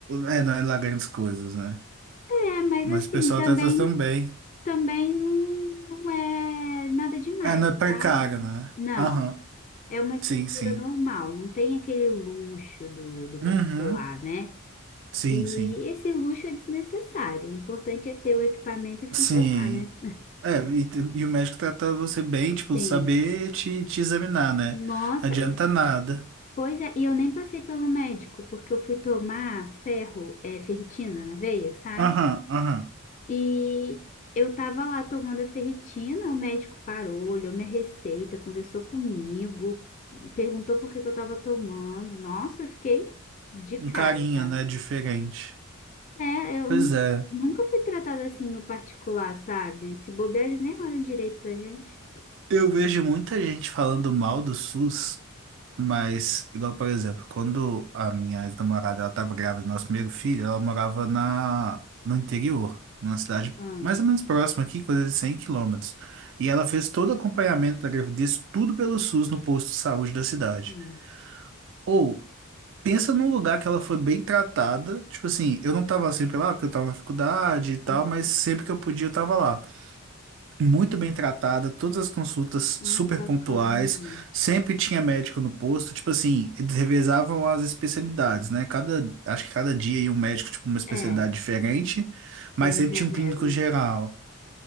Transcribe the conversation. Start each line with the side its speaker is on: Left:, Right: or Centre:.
Right: é, não é lá grandes coisas, né?
Left: É, mas
Right: Mas
Left: assim,
Right: o pessoal
Left: também,
Right: trata também.
Left: também não, não é nada demais,
Right: É, não é precário,
Left: sabe?
Right: né?
Left: Não.
Right: Aham.
Left: É uma estrutura
Right: Sim, sim.
Left: normal, não tem aquele luxo do, do particular,
Right: Uhum.
Left: né?
Right: Sim,
Left: E
Right: sim.
Left: esse luxo é desnecessário. O importante é ter o equipamento e funcionar,
Right: Sim.
Left: né?
Right: É, e, t- e o médico trata você bem, tipo,
Left: Sim.
Right: saber te, te examinar, né?
Left: Nossa,
Right: Não adianta
Left: e-
Right: nada.
Left: pois é, e eu nem passei pelo médico, porque eu fui tomar ferro, é, ferritina na veia, sabe?
Right: Aham, aham.
Left: E eu tava lá tomando a ferritina, o médico parou, olhou minha receita, conversou comigo, perguntou por que que eu tava tomando. Nossa, eu fiquei de
Right: Um
Left: cara,
Right: carinho,
Left: tá?
Right: né? Diferente.
Left: É, eu
Right: Pois
Left: nu-
Right: é.
Left: nunca fui tratada assim no particular, sabe? Se bobear, eles nem olham direito pra gente.
Right: Eu vejo muita gente falando mal do SUS. Mas, igual, por exemplo, quando a minha ex-namorada ela estava grávida do nosso primeiro filho, ela morava na, no interior, numa cidade
Left: Ah,
Right: mais ou menos próxima aqui, coisa de 100 quilômetros. E ela fez todo o acompanhamento da gravidez, tudo pelo SUS no posto de saúde da cidade.
Left: sim.
Right: Ou, pensa num lugar que ela foi bem tratada, tipo assim, eu não estava sempre lá porque eu estava na faculdade e tal,
Left: Uhum.
Right: mas sempre que eu podia eu estava lá muito bem tratada, todas as consultas
Left: Ai,
Right: super
Left: que bacana.
Right: pontuais, sempre tinha médico no posto, tipo assim, eles revezavam as especialidades, né? Cada, acho que cada dia ia um médico, tipo, uma especialidade
Left: É,
Right: diferente, mas
Left: eles
Right: sempre
Left: revezam
Right: tinha um clínico geral.
Left: assim.